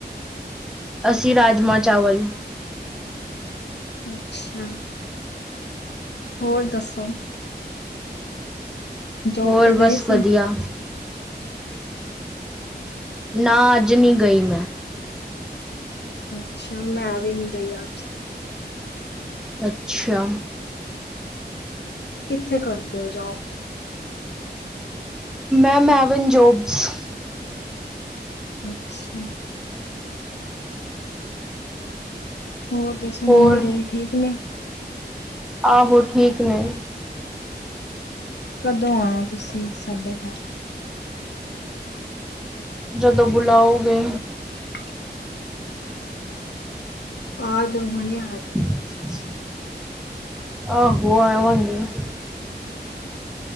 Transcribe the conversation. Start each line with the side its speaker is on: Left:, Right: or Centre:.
Centre: ਅਸੀਂ ਰਾਜਮਾ ਚਾਵਲ।
Left: ਅੱਛਾ। ਹੋਰ ਦੱਸੋ। ਜੋਬ
Centre: ਹੋਰ
Left: ਤੇ ਗਏ
Centre: ਬਸ
Left: ਸੀ?
Centre: ਵਧੀਆ ਨਾ ਅੱਜ ਨੀ ਗਈ ਮੈਂ।
Left: ਅੱਛਾ, ਮੈਂ ਵੀ ਨਹੀਂ ਗਈ ਅੱਜ।
Centre: ਅੱਛਾ।
Left: ਕਿੱਥੇ ਕਰਦੇ ਹੋ ਜੋਬ।
Centre: <inaudible>
Left: ਅੱਛਾ। ਹੋਰ। ਦੱਸੋ ਮੰਮੀ
Centre: ਹੋਰ,
Left: ਡੈਡੀ ਠੀਕ ਨੇ
Centre: ਆਹੋ ਠੀਕ ਨੇ।
Left: ਕਦੋਂ ਆਉਣਾ ਤੁਸੀਂ, ਸਾਡੇ ਘਰ।
Centre: ਜਦੋਂ ਬੁਲਾਓਗੇ।
Left: <inaudible> ਆ ਜਾਓ, ਹੁਣੇ ਆ ਜਾਓ।
Centre: <inaudible>